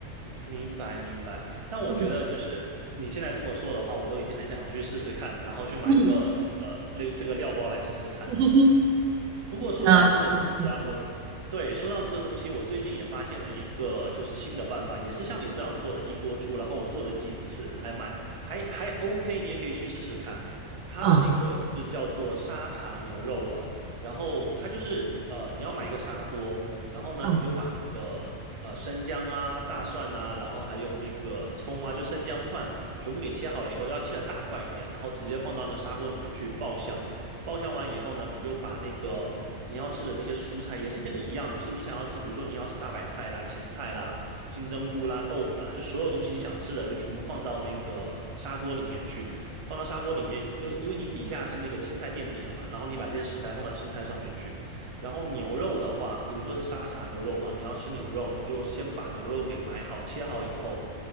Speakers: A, on the right (about 30°); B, on the right (about 85°).
A: 明白明白。但我觉得就是你现在这么说的话，
B: 嗯
A: 我都已经很想要去试试看，然后去买一个这个类这个料包来试试看了。
B: 嗯，<laughs>
A: 不过说到这个东西啊，
B: 嗯，是的，是的，嗯啊，是的是的
A: 我对说到这个东西，我最近也发现了一个就是新的办法，也是像你这样做的一锅出，然后我做了几次，还蛮还还 OK，你也可以去试试看。它的那个是叫做沙茶牛肉煲，
B: 啊
A: 然后它就是呃，你要买一个砂锅，然后呢，
B: 啊，
A: 你就把那个呃生姜啊、大蒜呐、然后还有那个葱啊，就生姜串全部给切好了以后，要切的大块一点，然后直接放到那砂锅里面去爆香。包厢完以后呢，你就把那个你要吃的那些蔬菜，也是跟你一样，就是你想要吃，比如说你要吃大白菜啦、芹菜啦、金针菇啦、豆腐啦，就所有东西你想吃的就全部放到那个砂锅里面去。放到砂锅里面，就是因为你底下是那个青菜垫底了嘛，然后你把这些食材放到青菜上面去。然后牛肉的话，比如说是沙茶牛肉吧，你要吃牛肉，你就先把牛肉给买好、切好以后，